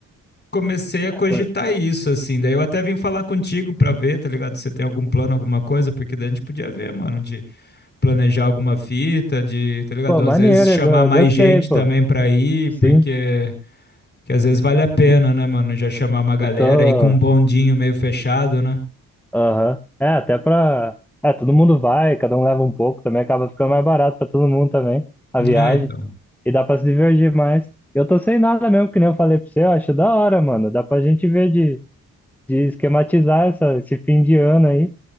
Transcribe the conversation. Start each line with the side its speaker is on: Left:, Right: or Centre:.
Left: comecei a
Centre: É,
Left: cogitar
Centre: pô,
Left: isso, assim. Daí eu até vim falar contigo pra ver, tá ligado? Se você tem algum plano, alguma coisa, porque daí a gente podia ver, mano, de planejar alguma fita, de, tá ligado?
Centre: pô,
Left: Às
Centre: maneiro,
Left: vezes chamar
Centre: eu go- eu
Left: mais
Centre: gostei,
Left: gente
Centre: pô.
Left: também pra ir,
Centre: Sim,
Left: porque que às vezes vale a pena, né, mano? Já chamar uma galera
Centre: eu tô.
Left: e com um bondinho meio fechado, né?
Centre: Aham. É, até pra. É, todo mundo vai, cada um leva um pouco também, acaba ficando mais barato pra todo mundo também, a viagem.
Left: É, então.
Centre: E dá pra se divertir mais. Eu tô sem nada mesmo, que nem eu falei pra você, eu acho da hora, mano. Dá pra gente ver de, de esquematizar essa, esse fim de ano aí.